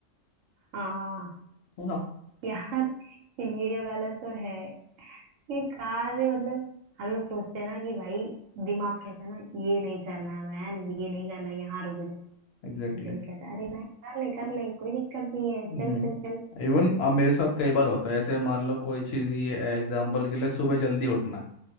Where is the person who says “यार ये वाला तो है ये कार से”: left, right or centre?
Right